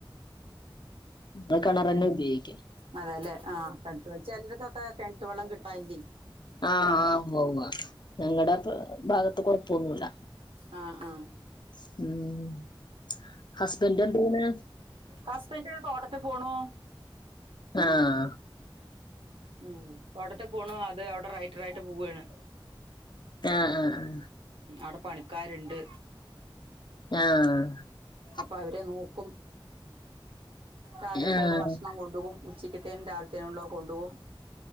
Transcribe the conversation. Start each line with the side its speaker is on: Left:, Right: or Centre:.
Left: ബ കെണറന്നേ
Right: ഉം
Left: ഉപയോയ്ക്ക്ണ്
Right: അതെല്ലെ ആഹ് തട്ടു <unintelligible> ചിലർക്കൊക്കെ കെൻറ്റ് വെള്ളം കിട്ടായില്ലേയ്
Left: ആഹ് ആഹ് <unintelligible> ഞങ്ങളടെ ഭാഗത്ത് കൊഴപ്പൊന്നുല്ല
Right: ആഹ് ആഹ്
Left: ഉം ഹസ്ബന്റ് എന്തെയ്യ്ണ്
Right: ഹസ്ബൻഡ് തോട്ടത്തിൽ പോണു
Left: ആഹ്
Right: ഉം പ്പാടത്ത് പോണു അത് അവിടെ റൈറ്ററായിട്ട് പോവ്വേണ്
Left: ആഹ് ആഹ് ആഹ്
Right: അവ്ടെ പണിക്കാര്ണ്ട്
Left: ആഹ
Right: അപ്പം അവരെ നോക്കും രാവിലെ
Left: ആഹ്
Right: പോകുമ്പോ ഭക്ഷണം കൊണ്ടുപോകും ഉച്ചക്ക്ത്തേും രാവിലത്തേനും ഉള്ളവർ കൊണ്ടു പോകും